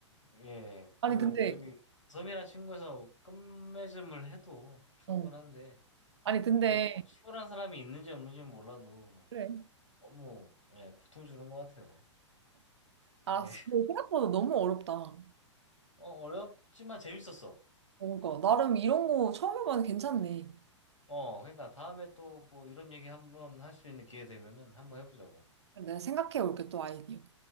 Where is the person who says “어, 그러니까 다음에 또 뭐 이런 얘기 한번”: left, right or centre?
Left